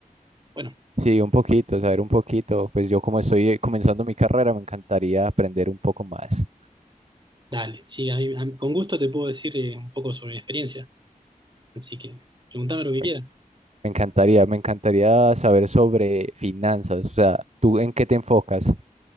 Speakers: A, on the right (about 30°); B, on the right (about 50°).
A: bueno,
B: Sí, un poquito, saber un poquito. Pues yo como estoy eh, comenzando mi carrera, me encantaría aprender un poco más.
A: dale, sí, a mí- a mí- con gusto te puedo decir eh, un poco sobre mi experiencia, así que pregúntame lo que
B: Me,
A: quieras.
B: me encantaría, me encantaría saber sobre finanzas, o sea, ¿tú en qué te enfocas?